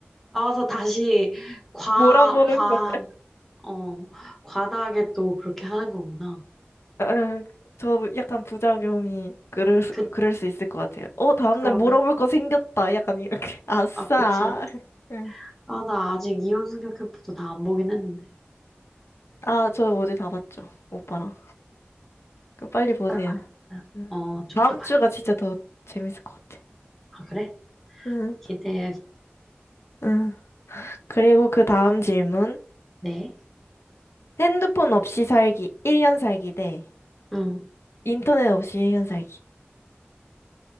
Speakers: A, in the centre; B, on the left (about 80°).
A: 나와서 다시 과,
B: 몰아보는
A: 과,
B: 거.
A: 어, 과다하게 또 그렇게 하는 거구나.
B: 아, 저 약간 부작용이 그럴 수,
A: 그,
B: 그럴 수 있을 것 같아요. 어, 다음날
A: 그러네.
B: 몰아볼 거 생겼다. 약간 이렇게. <laughs> 아싸.
A: 아, 그치. 그치.
B: 응.
A: 아, 나 아직 이혼 승녀 캠프도 다 안 보긴 했는데.
B: 아, 저 어제 다 봤죠. 오빠랑. 그 빨리 보세요.
A: 딱 봐야겠다.
B: 응.
A: 어, 좀
B: 다음
A: 더 봐야.
B: 주가 진짜 더 재밌을 것 같아.
A: 아, 그래?
B: 응,
A: 기대해.
B: 응. 그리고 그 다음 질문.
A: 네.
B: 핸드폰 없이 살기, 1년 살기 대
A: 응.
B: 인터넷 없이 1년 살기가